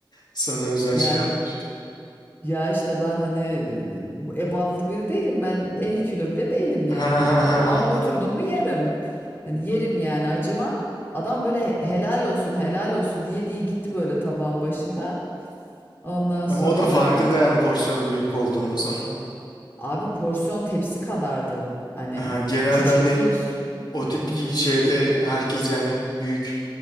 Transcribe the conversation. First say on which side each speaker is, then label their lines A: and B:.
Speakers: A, on the left; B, on the left.
A: sana özel
B: ya
A: şey yapmış?
B: ya işte ben hani e, ebatlı biri değilim ben 50 kilo bile değilim
A: Ha
B: yani
A: ha
B: A-
A: ha
B: ama
A: anladım.
B: oturdum mu yerim hani yerim yani acımam adam böyle he- helal olsun helal olsun diye diye gitti böyle tabağın başında ondan
A: Ama
B: sonra
A: o da farkında
B: ve işte-
A: yani porsiyonun büyük olduğunu o zaman.
B: abi porsiyon tepsi kadardı hani
A: Ha, genelde
B: küçük
A: hani
B: bir
A: o tip
B: Hmm,
A: ki şeyde herkes yani büyük